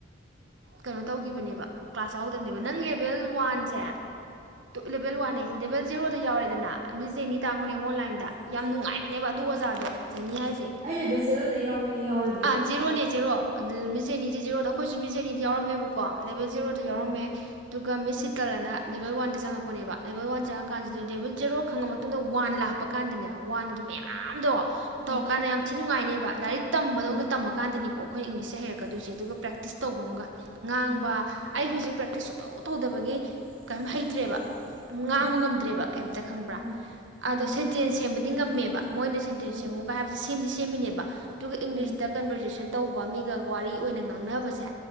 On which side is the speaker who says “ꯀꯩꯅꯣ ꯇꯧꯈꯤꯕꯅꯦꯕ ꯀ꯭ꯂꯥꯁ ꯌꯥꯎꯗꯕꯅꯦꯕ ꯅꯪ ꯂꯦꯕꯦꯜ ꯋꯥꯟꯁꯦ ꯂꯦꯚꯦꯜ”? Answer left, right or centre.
Right